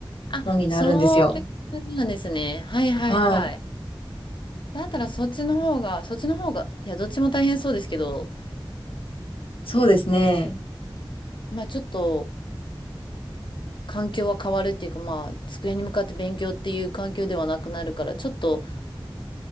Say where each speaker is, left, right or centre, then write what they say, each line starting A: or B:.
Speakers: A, on the left (about 65°); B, on the left (about 80°).
A: あ、
B: のになるんですよ。
A: そういう感じなんですね。はいはいはい。
B: はい。
A: だったらそっちの方が、そっちの方が、いや、どっちも大変そうですけど、
B: そうですね。
A: まあちょっと環境は変わるっていうか、まあ机に向かって勉強っていう環境ではなくなるから、ちょっと